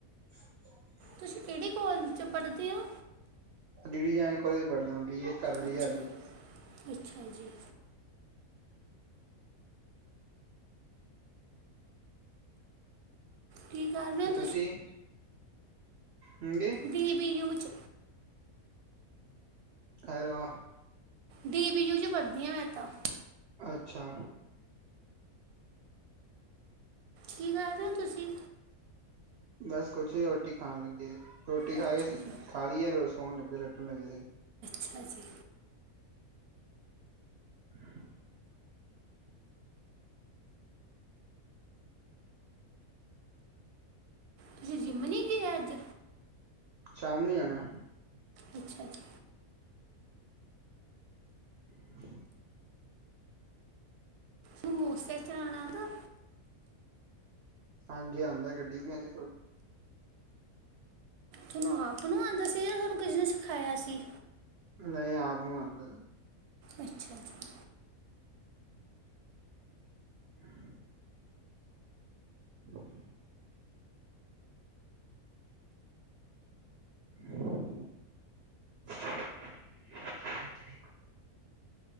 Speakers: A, on the right; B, on the right.
A: <unintelligible>
B: ਤੁਸੀਂ ਕਿਹੜੇ ਕੋਲਜ ' ਚ ਪੜ੍ਹਦੇ ਹੋ।
A: ਡੀ ਡੀ ਜੈਨ ਕੋਲੇਜ ਪੜ੍ਹਦਾ, ਬੀ ਏ ਕਰ ਲਈ
B: ਅੱਛਾ
A: ਆ ਹਾਲੇ।
B: ਜੀ ਅੱਛਾ ਜੀ ਕੀ ਕਰ ਰਹੇ
A: ਤੇ
B: ਹੋ
A: ਤੁਸੀਂ, ਹਾਂਜੀ
B: ਡੀ ਬੀ ਯੂ ਚ
A: ਅਰੇ ਵਾਹ
B: ਡੀ ਬੀ ਯੂ 'ਚ ਪੜ੍ਹਦੀ ਹਾਂ, ਮੈਂ ਤਾਂ।
A: ਅੱਛਾ
B: ਕੀ ਕਰ ਰਹੇ ਹੋ ਤੁਸੀਂ
A: ਬਸ ਕੁਛ ਹੀ ਰੋਟੀ ਖਾਣ ਲੱਗੇ ਸੀ, ਰੋਟੀ ਖਾ
B: ਅੱਛਾ
A: ਕੇ
B: ਜੀ
A: ਖਾ ਲਈ ਏ, ਸੋਣ ਲੱਗੇ ਸੀ।
B: ਅੱਛਾ ਜੀ
A: ਹਮ <unintelligible>
B: ਤੁਸੀਂ ਜਿੰਮ ਨਹੀ ਗਏ ਅੱਜ
A: ਸ਼ਾਮ ਨੂੰ ਜਾਣਾ
B: ਅੱਛਾ ਜੀ
A: <inaudible>
B: ਮੋਟਰ ਸਾਈਕਲ ਚਲਾਉਣਾ ਆਉਂਦਾ।
A: ਹਾਂਜੀ ਆਉਂਦਾ ਗੱਡੀ ਵੀ ਆਦੀ
B: ਤੁਹਾਨੂੰ ਆਪ ਨੂੰ ਆਉਂਦਾ ਸੀ ਜਾਂ ਤੁਹਾਨੂੰ ਕਿਸ ਨ ਸਿਖਾਇਆ ਸੀ
A: ਨਹੀਂ ਆਪ ਨੂੰ ਆਉਂਦਾ
B: ਅੱਛਾ ਜੀ
A: ਹ ਹ <unintelligible> <inaudible>